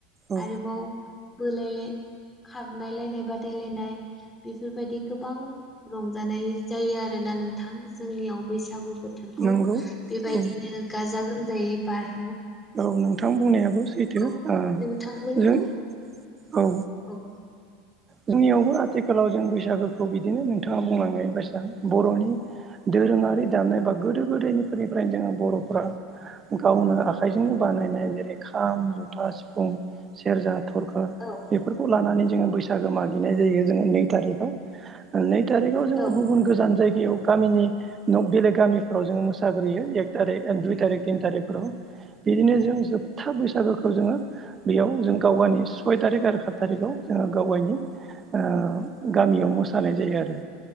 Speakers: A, on the right; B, on the left.
A: औ
B: आरोबाव बोलायलाय खारनायलायनाय बादायलायनाय बेफोरबायदि गोबां रंजानाय जायो आरोना नोंथां जोंनियाव बैसागु बोथोरखौ
A: नंगौ
B: बेबायदिनो
A: औ
B: गाजा गोमजायै बार
A: औ नोंथां बुंनायाबो सैथो
B: औ
A: ओ
B: नोंथांमोननियाव
A: जों औ
B: औ
A: जोंनियावबो आथिखालाव जों बैसागोखौ बिदिनो नोंथाङा बुंलांनाय बायसा बर'नि दोरोङारि दामनाय बा गोदो गोदायनिफोरनिफ्रायनो जोङो बर'फ्रा गावनो आखाइजोंनो बानायनाय जेरै खाम जथा सिफुं सेरजा थरखा
B: औ
A: बेफोरखौ लानानै जोङो बैसागो मागिनाय जायो जोङो नै थारिखआव नै थारिख जो
B: औ
A: गुबुन गोजान जायगा बेयाव गामिनि बेलेग गामिफ्राव जोङो मोसाग्रोयो एक थारिख दुइ थारिख तिन थारिखफोराव बिदिनो जों जोबथा बैसागोखौ जोङो बेयाव जों गाव गावनि सय थारिख आरो सात थारिखआव जोङो गाव गावनि ओ गामियाव मोसानाय जायो आरो